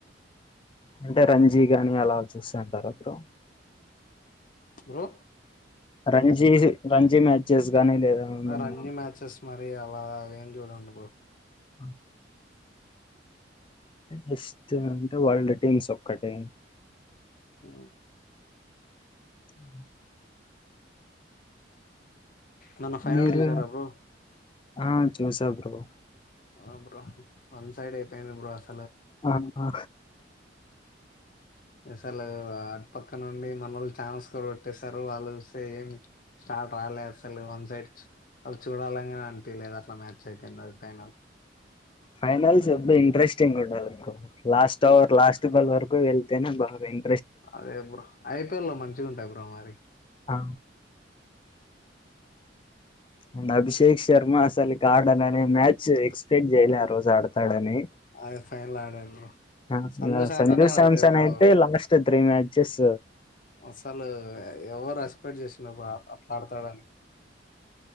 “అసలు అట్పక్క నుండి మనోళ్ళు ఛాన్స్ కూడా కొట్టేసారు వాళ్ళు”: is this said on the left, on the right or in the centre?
Left